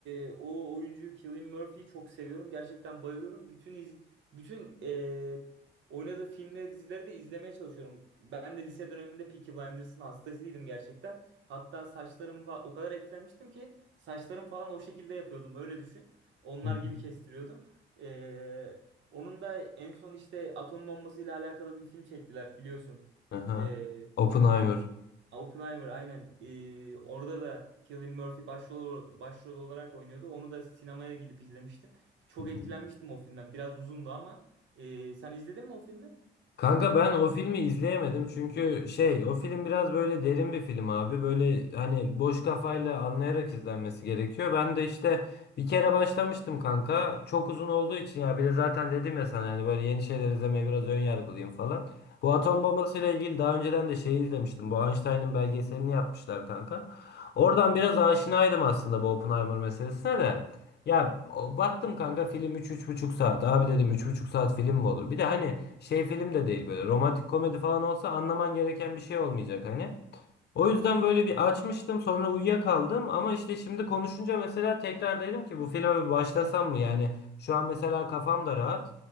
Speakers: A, on the right; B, on the left.
A: e, o oyuncuyu Cillian Murphy'yi çok seviyorum. Gerçekten bayılıyorum. Bütün iz, bütün e, oynadığı filmleri, dizileri de izlemeye çalışıyorum. Ben de lise döneminde Peaky Blinders'ın hastasıydım gerçekten. Hatta saçlarım falan o kadar etkilenmiştim ki saçlarım falan o şekilde yapıyordum. Öyle düşün. Onlar
B: Hı hı.
A: gibi kestiriyordum. E, onun da en son işte atom bombasıyla alakalı bir film çektiler biliyorsun.
B: Aha.
A: E,
B: Oppenheimer.
A: e, Oppenheimer aynen. Ee, orada da Cillian Murphy başrol, başrol olarak oynuyordu. Onu da sinemaya gidip izlemiştim. Çok
B: Hı hı.
A: etkilenmiştim o filmden. Biraz uzundu ama. Ee, sen izledin mi o filmi?
B: Kanka ben o filmi izleyemedim çünkü şey o film biraz böyle derin bir film abi. Böyle hani boş kafayla anlayarak izlenmesi gerekiyor. Ben de işte bir kere başlamıştım kanka. Çok uzun olduğu için ya bir de zaten dedim ya sana yani böyle yeni şeyler izlemeye biraz ön yargılıyım falan. Bu atom
A: Hı hı.
B: bombasıyla ilgili daha önceden de şeyi izlemiştim. Bu Einstein'ın belgeselini yapmışlar kanka. Oradan biraz aşinaydım aslında bu Oppenheimer meselesine de. Ya o- baktım kanka film üç üç buçuk saat. Abi dedim üç buçuk saat film mi olur? Bir de hani şey film de değil böyle romantik komedi falan olsa anlaman gereken bir şey olmayacak hani. O yüzden böyle bir açmıştım sonra uyuyakaldım ama işte şimdi konuşunca mesela tekrar dedim ki bu filme bir başlasam mı? Yani şu an mesela kafam da rahat.